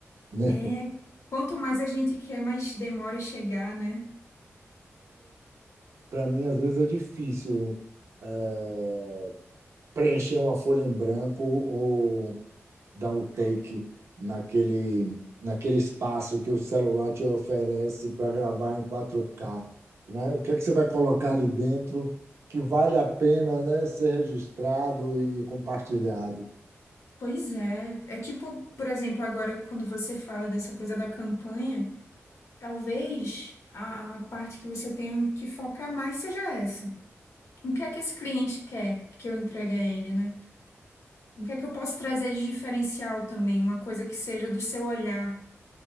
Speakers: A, on the right; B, on the left.
A: né?
B: É, quanto mais a gente quer, mais demora chegar, né?
A: Para mim, às vezes, é difícil. é, preencher uma folha em branco ou dar o take naquele, naquele espaço que o celular te oferece para gravar em quatro k né? O que é que você vai colocar ali dentro que vale a pena, né, ser registrado e compartilhado?
B: Pois é. É tipo, por exemplo, agora quando você fala dessa coisa da campanha, talvez a, a parte que você tenha que focar mais seja essa. O que é que esse cliente quer que eu entregue a ele, né? O que é que eu posso trazer de diferencial também? Uma coisa que seja do seu olhar,